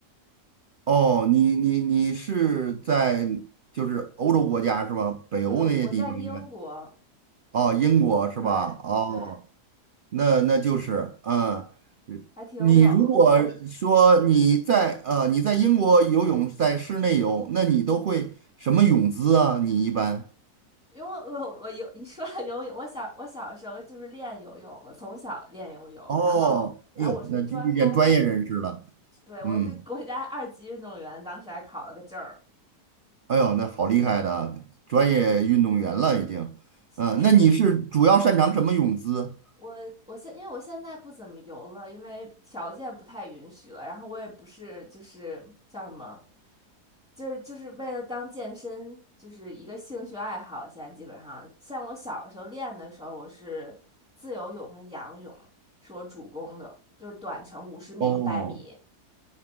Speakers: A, on the right; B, in the centre.
A: 哦，你你你是在就是欧洲国家是吧？北欧那些地方应该
B: 对，我我在英国，
A: 哦，英国是吧？
B: 对对，
A: 哦，那那就是嗯，
B: 还挺冷。
A: 你如果说你在呃你在英国游泳在室内游，那你都会什么泳姿啊？你一般
B: 因为我我我游，你说到游泳，我小我小时候就是练游泳的，从小练游泳，
A: 哦，
B: 然后然后我是专攻，
A: 哎呦，那就遇见专业人士了，
B: 对，我是国家二级运动员，
A: 嗯，
B: 当时还考了个证。
A: 哎呦，那好厉害的专业运动员了已经，
B: 是
A: 嗯、
B: <laughs>
A: 那你是主要擅长什么泳姿？
B: 我我现因为我现在不怎么游了，因为条件不太允许了。然后我也不是就是叫什么，就是就是为了当健身，就是一个兴趣爱好。现在基本上，像我小的时候练的时候，我是自由泳跟仰泳是我主攻的，就是短程五十米、
A: 哦，
B: 一百米，